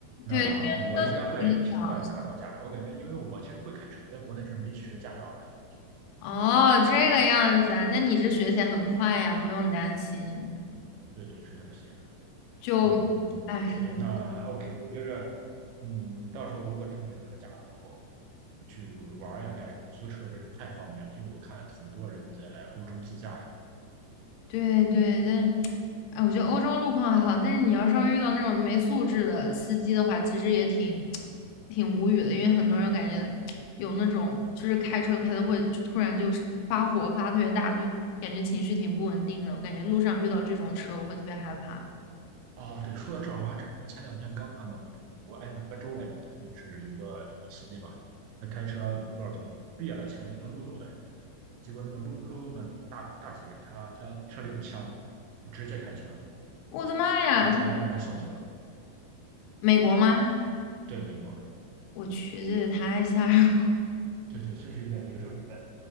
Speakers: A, on the right; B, on the left.
A: 那我应该会挺快拿到驾照。
B: 对，<laughs>
A: 我感觉，因为我其实会开车，我在国内只是没学驾照而已。
B: 哦，这个样子啊，那你这学起来很快呀，不用担心。
A: 对对，是的，行。
B: 就，
A: 嗯，
B: 哎，
A: 行，
B: 我
A: 那 OK，我觉着，嗯，到时候如果真的有这个驾照之后，去玩儿呀干什么，租车真是太方便了。因为我看很多人在欧洲自驾呀。
B: 对对，但哎，我觉得欧洲路况还好，但是你要稍微遇到那种没素质的司机的话，其实也挺挺无语的，因为很多人感觉有那种就是开车开的会就突然就是发火发特别大，就感觉情绪挺不稳定的。我感觉路上遇到这种车，我会特别害怕。
A: 哦，对，说到这儿，我还真的前两天刚看到，就是美国哎哪个州来着，他就是有个有个司机嘛，他开车不知道怎么别了前面一个路怒的人。结果那个陆陆路的大大姐，她她车里有枪，直接开枪，
B: 我的妈呀，
A: 直接把那个人送走了。
B: 天美国吗？
A: 对，美国，
B: 我去，这也太吓人了！
A: 对对，确实有点，有时候有点，